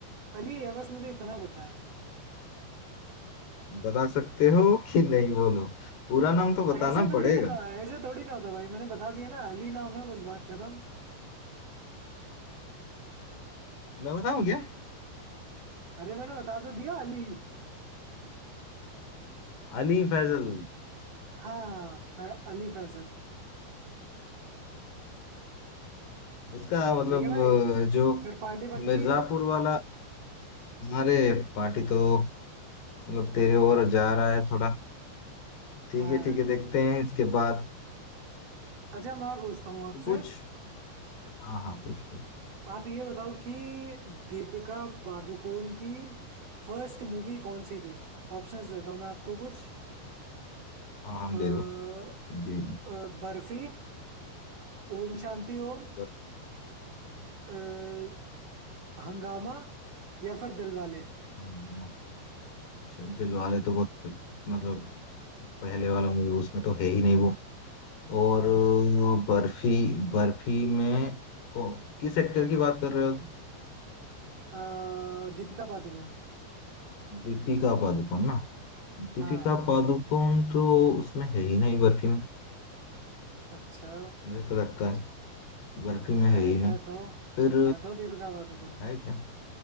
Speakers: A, on the right; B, on the left.
A: अली है बस मुझे इतना पता है
B: बता सकते हो कि नहीं बोलो पूरा नाम तो बताना
A: ऐसे थोड़ी
B: पड़ेगा
A: ना ऐसे थोड़ी ना होता भाई मैंने बता दिया ना अली नाम है बस बात खत्म
B: मैं बताऊं क्या
A: अरे मैंने बता तो दिया अली
B: अली फैजल
A: हाँ फै, अली फैजल
B: उसका मतलब
A: ठीक है भाई
B: अ, जो
A: फिर पार्टी पक्की
B: मिर्जापुर
A: है
B: वाला अरे पार्टी तो मतलब तेरे ओर जा रहा है थोड़ा <laughs> ठीक
A: हाँ
B: है ठीक
A: भाई
B: है देखते हैं इसके बाद
A: अच्छा मैं पूछता हूँ आपसे
B: तो कुछ हाँ हाँ कुछ कुछ
A: आप ये बताओ कि दीपिका पादुकोण की फर्स्ट मूवी कौन सी थी ऑप्शंस देता हूँ मैं आपको कुछ
B: हाँ हम
A: अ,
B: दे दो क्योंकि
A: अ, बर्फी ओम शांति ओम
B: अच्छा
A: अ, हंगामा या फिर दिलवाले
B: हाँ, हाँ, अच्छा दिल वाले तो बहुत मतलब पहले वाला मूवी उसमें तो है ही नहीं वो और
A: हाँ
B: अ, बर्फी बर्फी में को, किस एक्टर की बात कर रहे हो
A: अ, दीपिका पादुकोण
B: दीपिका पादुकोण ना दीपिका
A: हाँ
B: पादुकोण तो उसमें है ही नहीं बर्फी में
A: अच्छा
B: मुझे तो लगता है बर्फी में है
A: भाई
B: ही
A: है
B: नहीं
A: तो
B: फिर
A: है तो दीपिका पादुकोण
B: है क्या